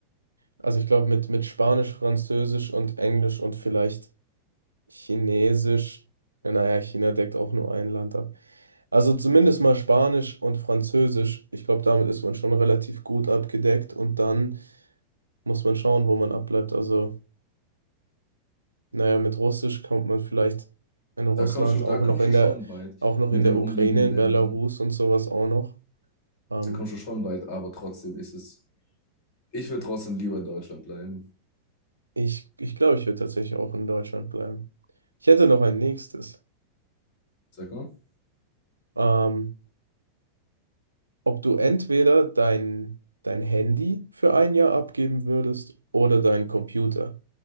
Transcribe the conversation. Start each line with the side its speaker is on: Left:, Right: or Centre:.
Right: Also ich glaube, mit, mit Spanisch, Französisch und Englisch und vielleicht. Chinesisch, ja, naja, China deckt auch nur ein Land ab. Also zumindest mal Spanisch und Französisch. Ich glaube, damit ist man schon relativ gut abgedeckt und dann muss man schauen, wo man abbleibt. Also, naja, mit Russisch kommt man vielleicht in Russland,
Left: Da kommst du, da
Right: auch
Left: kommst
Right: noch in
Left: du schon
Right: der,
Left: weit
Right: auch noch
Left: mit
Right: in
Left: den
Right: der
Left: umliegenden
Right: Ukraine,
Left: Ländern.
Right: in Belarus und sowas auch noch. Ähm,
Left: Da kommst du schon weit, aber trotzdem ist es. Ich würde trotzdem lieber in Deutschland bleiben.
Right: ich ich glaube, ich würde tatsächlich auch in Deutschland bleiben. Ich hätte noch ein nächstes.
Left: Sag mal.
Right: Ähm, ob du entweder dein, dein Handy für ein Jahr abgeben würdest oder deinen Computer.